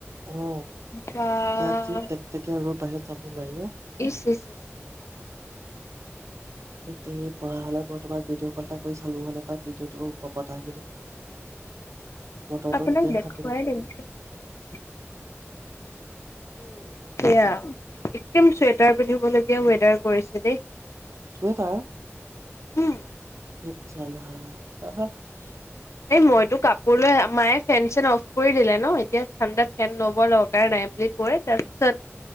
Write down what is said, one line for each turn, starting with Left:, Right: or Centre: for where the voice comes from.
Right: অ
Left: বাহ
Right: ইয়াত যি তেক তেকিয়া ৰদ আহে চাব নোৱাৰি অ
Left: ইচ এছ এ ই
Right: তেৰি পৰা হ'লে মই তোমাক ভিডিঅ' কল এটা কৰি চালোঁ হ'লে পাই ভিডিঅ'টোৰ বতাহখিনি বতৰটো
Left: আপোনাক
Right: তেতিয়া
Left: দেখুৱাই
Right: শান্তি পালো
Left: <unintelligible> উম সেয়া একদম চুৱেটাৰ পিন্ধিবলগীয়া ৱেডাৰ কৰিছে দেই
Right: চুৱেটাৰ
Left: উম,
Right: তে চালা <unintelligible>
Left: এই মইতো কাপোৰ লৈ মায়ে ফেন চেন অফ কৰি দিলে ন এতিয়া ঠাণ্ডা ফেন ল'ব দৰকাৰ নাই বুলি কৈ তাৰপিছত